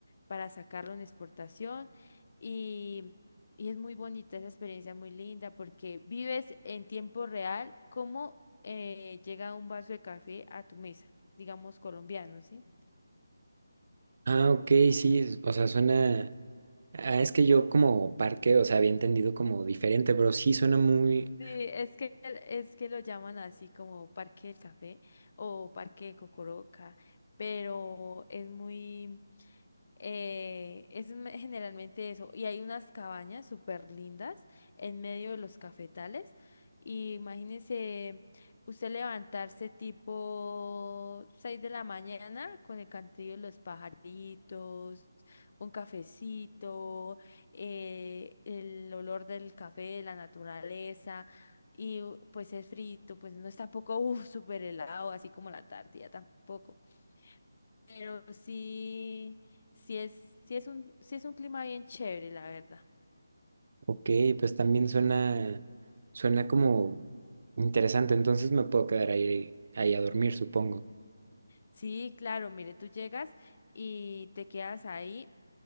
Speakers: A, on the left; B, on the right.
A: para sacarlo en exportación. Y, y es muy bonita esa experiencia, muy linda, porque vives en tiempo real cómo eh, llega un vaso de café a tu mesa, digamos colombiano, ¿sí?
B: Ah, ok, sí, o sea, suena, Ah, es que yo como parque, o sea, había entendido como diferente, pero sí suena muy,
A: Sí, es que, es que lo llaman así como Parque del Café o Parque de Cocoroca, pero es muy, eh, es me- generalmente eso. Y hay unas cabañas súper lindas en medio de los cafetales. Y imagínese usted levantarse tipo 6 de la mañana con el cantillo de los pajaritos, un cafecito, eh, el olor del café, la naturaleza. Y u- pues es frito, pues no es tampoco uf, súper helado, así como la Antártida tampoco. Pero sí, sí es, sí es un, sí es un clima bien chévere, la verdad.
B: ok, pues también suena, suena como interesante, entonces me puedo quedar ahí, ahí a dormir, supongo.
A: Sí, claro, mire, tú llegas y te quedas ahí